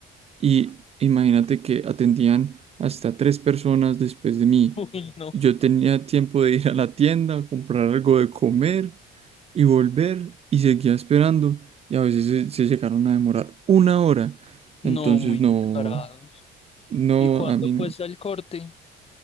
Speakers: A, on the right; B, on the left.
A: Y imagínate que atendían hasta tres personas después de mí.
B: <laughs> Uy, no.
A: Yo tenía tiempo de ir a la tienda, comprar algo de comer y volver y seguía esperando. Y a veces se, se llegaron a demorar una hora.
B: No,
A: Entonces
B: muy
A: no,
B: descarados.
A: no,
B: ¿Y cuánto
A: a mí
B: cuesta el corte